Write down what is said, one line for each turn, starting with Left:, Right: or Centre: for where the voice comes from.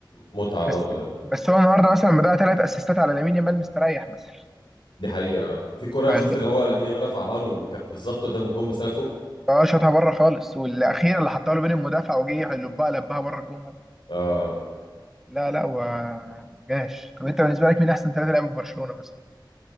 Left: متعه برضه
Centre: بس
Left: يعني
Centre: بس هو النهاردة مثلا لما ضيع ثلاث أسيستات على لامين يامال مستريح مثلا
Left: دي حقيقه في كوره
Centre: فال-
Left: شفت اللي هو لامين يامال رفعها له وكانت بالظبط قدام الجون بس طلعت فوق
Centre: اه شاطها بره خالص والأخيرة اللي حطها له بين المدافع وجه يلبها لبها بره الجون
Left: اه
Centre: لا لا هو ما جاش طب انت بالنسبه لك مين احسن ثلاثه لعيبه في برشلونه مثلا